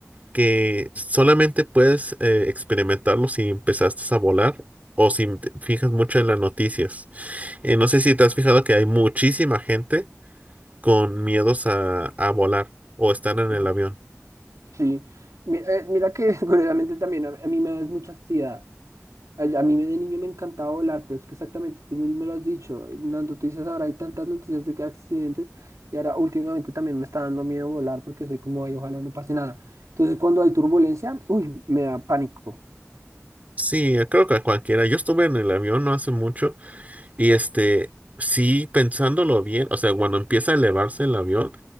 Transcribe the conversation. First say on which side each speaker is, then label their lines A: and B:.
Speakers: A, on the right; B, on the right.
A: que solamente puedes eh, experimentarlo si empezaste a volar o si te fijas mucho en las noticias. Eh, no sé si te has fijado que hay muchísima gente con miedos a, a volar o estar en el
B: Mm,
A: avión.
B: Sí, Mi- eh, mira que <laughs> curiosamente también a a mí me da es mucha ansiedad. A a mí de niño me encantaba volar, pero es que exactamente tú mismo lo has dicho. En las noticias ahora hay tantas noticias de que accidentes y ahora últimamente también me está dando miedo volar porque soy como, ay, ojalá no pase nada. Entonces cuando hay turbulencia, uy, me da pánico.
A: Sí, eh, creo que a cualquiera. Yo estuve en el avión no hace mucho y este, sí, pensándolo bien, o sea, cuando empieza a elevarse el avión.